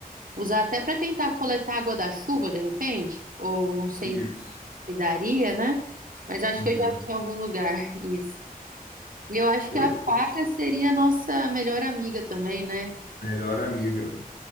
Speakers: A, on the right; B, on the left.
A: usar até para tentar coletar água da chuva, de repente, ou não sei
B: Isso.
A: se daria, né? Mas acho
B: Uhum.
A: que eu já vi em algum lugar <laughs> isso. E Eu acho
B: Pois
A: que a faca seria a nossa melhor amiga também, né?
B: Melhor amiga.